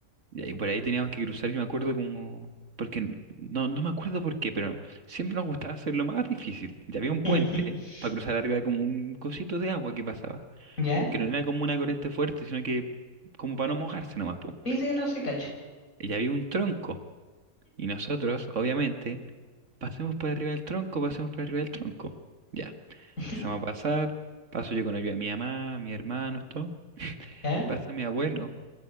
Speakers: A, on the right (about 55°); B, on the left (about 65°).
A: y ahí por ahí teníamos que cruzar, yo me acuerdo como, porque n- no, no me acuerdo por qué, pero siempre nos gustaba hacer lo más difícil. ya había un puente
B: <laughs>
A: ¿eh? para cruzar arriba de como un cosito de agua que pasaba,
B: ¿Ya?
A: que no era como una corriente fuerte, sino que como para no mojarse nomás, po.
B: Sí, sí, no, sí, cacho.
A: y había un tronco. Y nosotros, obviamente, pasemos por arriba del tronco, pasemos por arriba del tronco. Ya.
B: <laughs>
A: Empezamos a pasar. Paso yo con ayuda de mi mamá, mis hermanos, todo.
B: ¿Ya?
A: Pasa mi abuelo